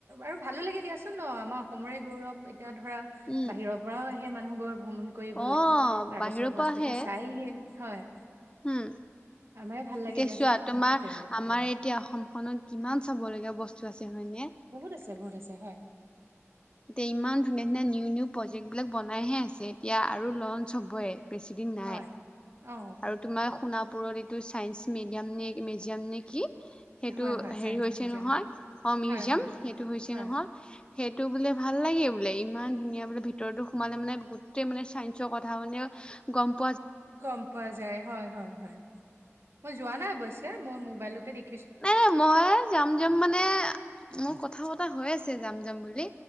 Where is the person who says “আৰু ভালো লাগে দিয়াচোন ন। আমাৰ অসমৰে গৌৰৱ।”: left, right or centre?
Right